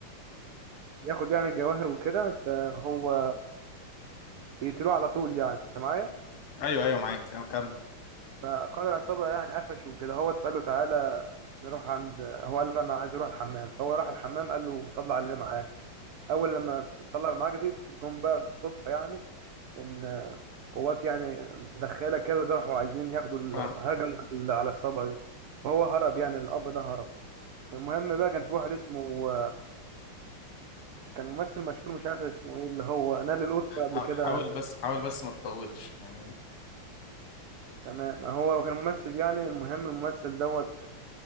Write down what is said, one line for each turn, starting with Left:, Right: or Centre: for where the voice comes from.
Right: بياخد يعني الجواهر وكده فهو بيقتلوه على طول يعني أنت معايا؟
Left: ايوه ايوه معاك أنا كمل
Right: فقائد العصابة يعني قفشه وكده هو فقال له تعالى نروح عند هو قال له أنا عايز أروح الحمام فهو راح الحمام قال له طلع اللي معاك أول لما طلع اللي معاك دي جم بقى بالصدفة يعني إن قوات يعني متدخلة كده ده راحوا عايزين ياخدوا ال-
Left: اه
Right: هجموا على على الصبا دي فهو هرب يعني الأب ده هرب فالمهم بقى كان في واحد اسمه كان ممثل مشهور مش عارف اسمه ايه اللي هو نال الأوسكار قبل
Left: حا-
Right: كده
Left: حاول بس حاول بس ما تطولش يعني
Right: تمام هو كان ممثل يعني المهم الممثل دوت